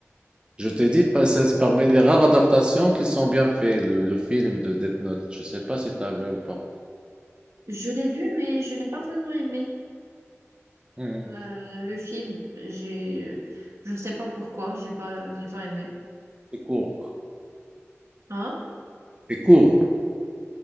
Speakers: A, on the right; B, on the right.
A: Je t'ai dit, pa- c'est parmi les rares adaptations qui sont bien faites, le, le film de Death Note. Je sais pas si tu as vu ou pas.
B: Je l'ai vu, mais je n'ai pas vraiment aimé.
A: Mhm.
B: Le, le film, j'ai, je ne sais pas pourquoi, j'ai pas, j'ai pas aimé.
A: C'est court.
B: Hein?
A: C'est court.